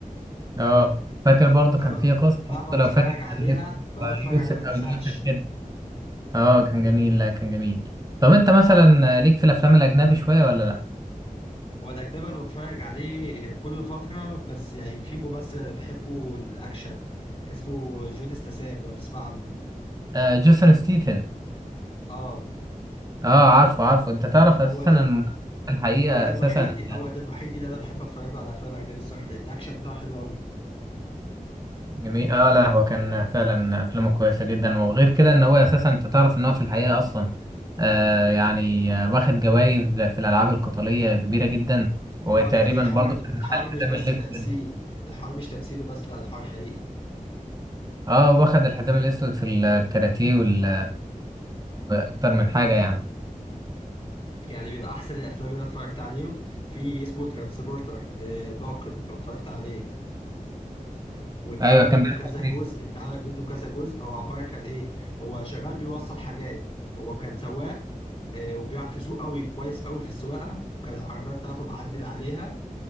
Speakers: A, on the right; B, on the left.
A: أه فاكر برضو
B: مهما
A: كان في قصة
B: مهما
A: برضو
B: تتفرج
A: لو فاكر
B: عليها
A: كان اسمه
B: مهما تتفرج
A: يوسف
B: عليها ما تزهقش
A: أو يوسف كده أه كان جميل لا كان جميل طب أنت مثلا آه، ليك في الأفلام الأجنبي شوية ولا لأ؟
B: هو الأجنبي أنا بتفرج عليه كل فترة بس يعني في ممثل أنا بحبه الأكشن اسمه جون استسام لو تسمع عنه
A: آه جيسون ستيتن
B: اه
A: أه عارفه عارفه أنت تعرف أساسا
B: هو ده
A: إن
B: ال-
A: الحقيقة
B: هو ده الوحيد
A: أساسا
B: هو ده الوحيد اللي أنا بحب أتفرج له على أفلام أجنبي الصراحة الأكشن بتاعه حلو أوي
A: جميل اه لا هو كان فعلا افلامه كويسه جدا وغير كده ان هو اساسا انت تعرف ان هو في الحقيقه اصلا آه يعني آه، واخد جوائز في الالعاب القتاليه كبيره جدا وتقريبا
B: اه يعني الحوار
A: برضه كان
B: الحوار
A: معاه الحزام
B: مش بس
A: الاسود
B: تمثيل الحوار مش تمثيل وبس لا الحوار حقيقي
A: اه واخد الحزام الاسود في الكاراتيه وال- واكتر من حاجه يعني
B: يعني من أحسن الأفلام اللي أنا اتفرجت عليه في اسمه ترانسبورتر داكن لو اتفرجت عليه واتعمل
A: ايوه كان
B: منه
A: بيحكي
B: كذا
A: عن
B: جزء
A: إيه؟
B: اتعمل منه كذا جزء هو عباره كان ايه هو شغال بيوصل حاجات هو كان سواق آه، وبيعرف يسوق قوي كويس قوي في السواقه وكان العربيه بتاعته معدل عليها